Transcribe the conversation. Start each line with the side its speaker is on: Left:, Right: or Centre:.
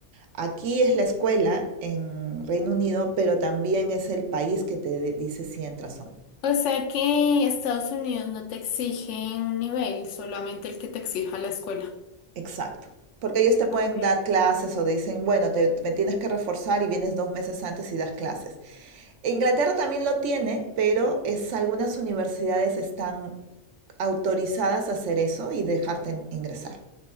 Right: Aquí es la escuela en Reino Unido, pero también es el país que te de- dice si entras o no.
Left: O sea que Estados Unidos no te exige un nivel, solamente el que te exija la escuela.
Right: Exacto. Porque ellos te pueden
Left: Ok,
Right: dar clases o te dicen, bueno, te, me tienes que reforzar y vienes dos meses antes y das clases. Inglaterra también lo tiene, pero es, algunas universidades están autorizadas a hacer eso y dejarte en- ingresar.